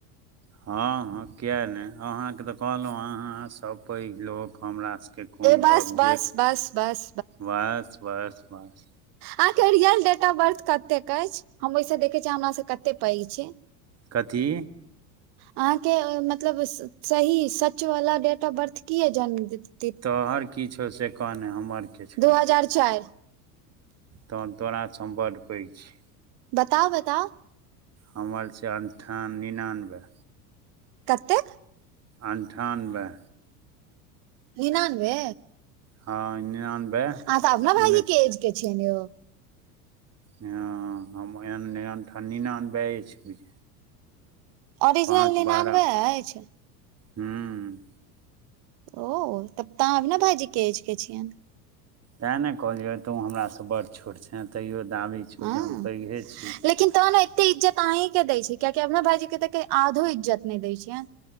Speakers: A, on the right (about 30°); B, on the right (about 55°).
A: हँ हँ किए नै अहाँके तऽ कहलहुँ अहाँसब पैघ लोक हमरास के कोन
B: ए बस
A: गप्प
B: बस
A: जे
B: बस बस
A: बस बस बस।
B: आह के रियल डेट ऑफ बर्थ कते अछि हम ओहि से देखे छी हमरा से कते पैघ छी।
A: कथी?
B: अहाँके मतलब सही सच वला डेट ऑफ बर्थ किए जन्मतिथि।
A: तोहर कि छौ से कहने हमर के छोर।
B: दू हजार चारि
A: तहन तोरासँ हम बड पैघ छी।
B: बताऊ बताऊ।
A: हमर छै, अनठान निनानबे।
B: कतेक?
A: अन्ठानबे
B: निनानबे।
A: हाॅं निनानबे।
B: अहाँ त अभनव भाइजी
A: उन्नैस
B: ऐज के छियैन यौ।
A: हाॅं हमए एण्ठी निनानबे छै बुझियो।
B: ओरिजिनल
A: पाँच
B: निनानबे
A: बारह
B: अछि
A: हूॅं।
B: ओ तब त अहाॅं अभनव भाइजीेके ऐज के छियेन।
A: तैं ने कहलियै तु हमरासे बड छोट छे तैयो दाबी छौ
B: हाॅं
A: जे हम पैघे छी
B: लेकिन तहनत इज्जत अहीं के दैय छै कियाकि अभनव भईजी के तऽ अइ के आधो इज्जत नहि दैय छियै।